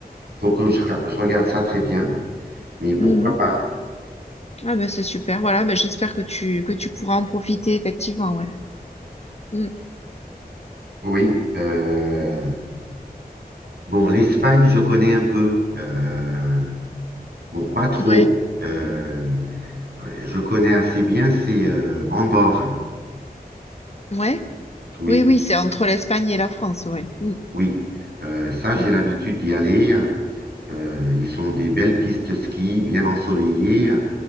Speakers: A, on the right (about 80°); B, on the left (about 40°).
A: faut que je, ra- je regarde ça très bien. Mais pourquoi
B: Mhm.
A: pas?
B: Ah bah c'est super. Voilà, bah, j'espère que tu que tu pourras en profiter effectivement, ouais. Mm.
A: Oui. euh, bon, l'Espagne, je connais un peu. euh, bon, pas trop.
B: Ouais,
A: Euh, je connais assez bien. C'est euh, Andorre.
B: ouais.
A: Oui,
B: Oui, oui, c'est entre l'Espagne et la France, ouais. Mm.
A: oui. Euh, ça,
B: Ouais,
A: j'ai l'habitude d'y aller. hein. Euh, ils ont des belles pistes ski, bien ensoleillées.